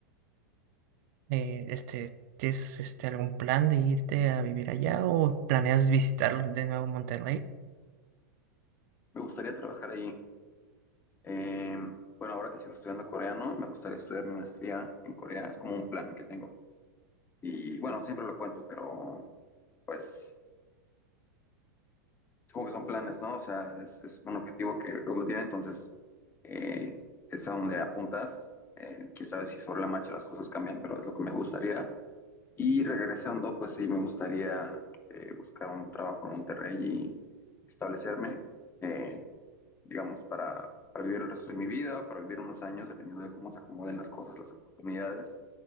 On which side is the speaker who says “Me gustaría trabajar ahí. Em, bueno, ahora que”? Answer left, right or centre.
Left